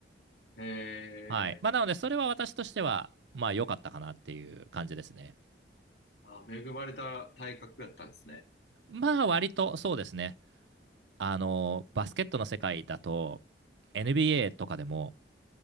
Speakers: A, on the left; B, on the right.
A: ええ、
B: はい。まあ、なので、それは私としては、まあ、良かったかなっていう感じですね。
A: あー、恵まれた体格だったんですね。
B: まあ、割とそうですね。あの、バスケットの世界だと、NBA とかでも、